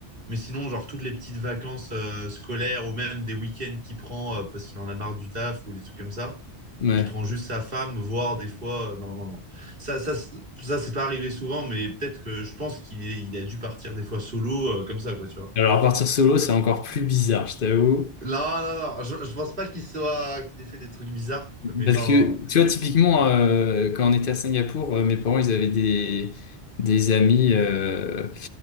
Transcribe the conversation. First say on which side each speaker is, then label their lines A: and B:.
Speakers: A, on the right; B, on the left.
A: Mais sinon, genre toutes les petites vacances euh, scolaires ou même des week-ends qu'il prend euh, parce qu'il en a marre du taf ou des trucs comme ça.
B: Ouais.
A: Il prend juste sa femme, voire des fois. euh, non, non, non. Ça, ça, c'est- ça c'est pas arrivé souvent, mais peut-être que je pense qu'il il a dû partir des fois solo, euh, comme ça, quoi, tu vois.
B: Alors, partir solo, c'est encore plus bizarre, je t'avoue.
A: Non, non, non, je, je pense pas qu'il soit, qu'il ait fait des trucs bizarres, mais
B: Parce
A: non,
B: que,
A: non.
B: tu vois, typiquement, euh, quand on était à Singapour, euh, mes parents, ils avaient des, des amis, euh,